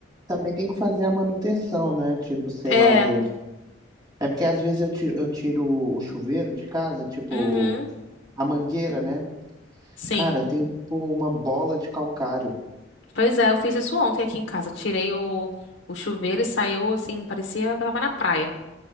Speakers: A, on the right; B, on the left.
A: Também tem que fazer a manutenção, né? Tipo, sei
B: É.
A: lá, do... É porque às vezes eu tiro, eu tiro o chuveiro de casa, tipo,
B: Uhum.
A: a mangueira, né?
B: Sim.
A: Cara, tem tipo uma bola de calcário.
B: Pois é, eu fiz isso ontem aqui em casa. Eu tirei o, o chuveiro e saiu assim, parecia que eu tava na praia.